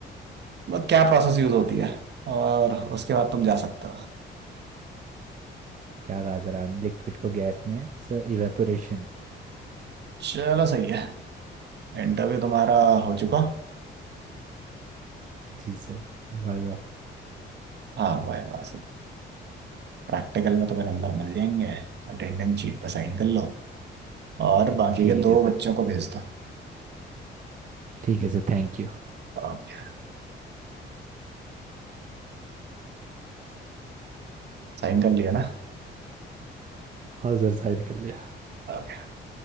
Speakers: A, on the right (about 60°); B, on the right (about 40°).
A: क्या प्रोसेस यूज होती है और उसके बाद तुम जा सकते हो
B: क्या कहा सर आपने लिक्विड को गैस में सर इवेपोरेशन
A: चलो सही है इंटरव्यू तुम्हारा हो चुका
B: जी सर वाह वाह
A: हाँ वाह वाह प्रैक्टिकल में तुम्हें नंबर मिल जाएंगे अटेंडेंस शीट पर साइन कर लो और बाकी
B: ठीक
A: के दो
B: है सर
A: बच्चों को भेज दो
B: ठीक है सर थैंक यू
A: ओके साइन कर लिया ना
B: हाँ सर साइन कर लिया
A: ओके